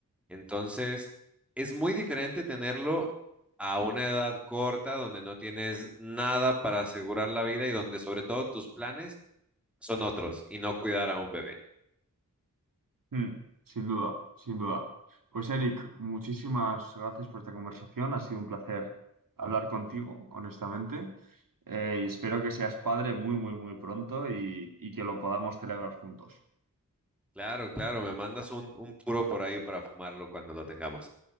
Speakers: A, in the centre; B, on the right.
A: Entonces, es muy diferente tenerlo a una edad corta donde no tienes nada para asegurar la vida y donde sobre todo tus planes son otros y no cuidar a un bebé.
B: Mm, sin duda, sin duda. Pues Eric, muchísimas gracias por esta conversación. Ha sido un placer hablar contigo, honestamente. Eh, y espero que seas padre muy, muy, muy pronto y, y que lo podamos celebrar juntos.
A: Claro, claro, me mandas un, un puro por ahí para fumarlo cuando lo tengamos.